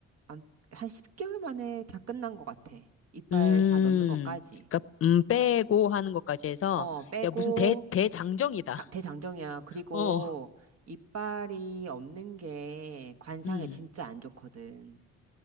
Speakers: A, on the right; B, on the left.
A: 암- 한 10개월 만에 다 끝난 것 같아. 이빨
B: 음.
A: 다 넣는 것까지.
B: 그니까, 음, 빼고 하는 것까지 해서,
A: 어, 빼고,
B: 야, 무슨 대, 대장정이다.
A: 자- 대장정이야. 그리고
B: 어,
A: 이빨이 없는 게 관상에
B: 음.
A: 진짜 안 좋거든.